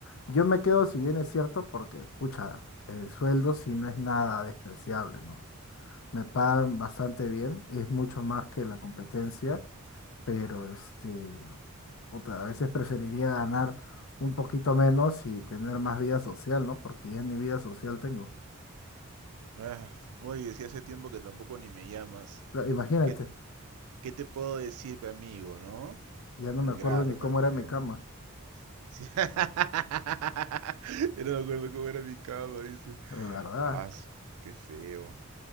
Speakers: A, on the left (about 65°); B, on the right (about 85°).
A: Yo me quedo, si bien es cierto, porque, pucha, el sueldo sí no es nada despreciable, ¿no? Me pagan bastante bien, es mucho más que la competencia, pero este. Puta, a veces preferiría ganar un poquito menos y tener más vida social, ¿no? Porque ya ni vida social tengo.
B: Ah, oye, decía hace tiempo que tampoco ni me llamas.
A: Pero imagínate,
B: ¿Qué, ¿Qué te puedo decir, pe amigo, no?
A: ya no
B: Ingrata
A: me acuerdo ni cómo
B: también.
A: era mi cama.
B: Sí. <laughs> Yo no me acuerdo cómo era mi cama, dice.
A: De verdad.
B: Ah, qué feo,